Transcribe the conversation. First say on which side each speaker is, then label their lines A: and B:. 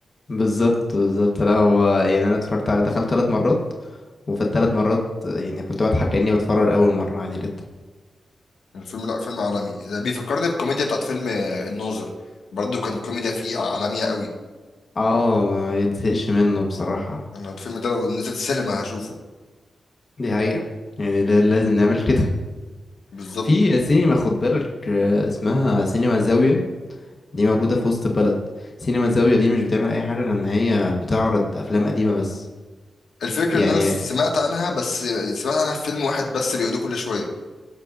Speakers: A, on the left (about 35°); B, on the left (about 80°).
A: بالظبط بالظبط لا هو يعني انا اتفرجت عليه دخلت ثلاث مرات وفي الثلاث مرات يعني كنت بضحك كأني بتفرج اول مرة عادي جدا
B: الفيلم لا فيلم عالمي ده بيفكرني بالكوميديا بتاعت فيلم آه، الناظر برضو كان كوميديا فيه عالميه قوي
A: اه ما يتزهقش منه بصراحة
B: انا الفيلم ده لو نزل سينما هشوفه
A: دي حقيقة يعني لا- لازم نعمل كده
B: بالظبط
A: في سينما خد بالك آه، اسمها سينما الزاوية دي موجودة في وسط البلد سينما الزاوية دي مش بتعمل أي حاجة غير إن هي بتعرض أفلام قديمة بس
B: الفكره
A: يعني
B: ان انا سمعت عنها بس سمعت عنها في فيلم واحد بس بيقعدوا كل شويه